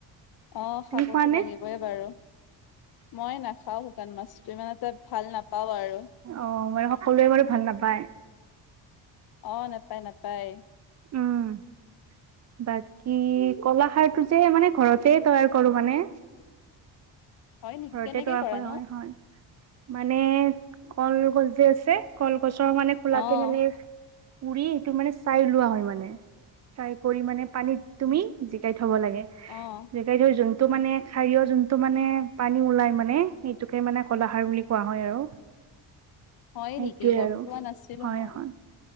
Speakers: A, on the left; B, on the right.
A: অ
B: তুমি
A: খাবতো
B: খোৱা নে
A: লাগিব হয় বাৰু মই নাখাওঁ শুকান মাছটো ইমান এটা ভাল নাপাওঁ আৰু
B: অ বাৰু সকলোৱে বাৰু ভাল নাপায়
A: অ নাপায় নাপায়
B: উম বাকী কলাখাৰটো যে মানে ঘৰতে তৈয়াৰ কৰো মানে
A: হয় নেকি
B: ঘৰতে
A: কেনেকে
B: তৈয়াৰ
A: কৰানো?
B: কৰা হয় হয় মানে কলগছ যে আছে কলগছৰ মানে খোলাতো
A: অ',
B: মানে পুৰি সিটো মানে চাই লোৱা হয় মানে চাই কৰি মানে পানীত তুমি জিকাই থব লাগে
A: অঁ
B: জেকাই যোনটো মানে খাৰিয়ৰ যোনটো মানে পানী ওলাই মানে টোকে মানে কলা খাৰ বুলি কোৱা হয় আৰু সেইটোৱে
A: হয় নেকি গম
B: আৰু
A: পোৱা নাছিলো
B: হয়
A: মই।
B: হয়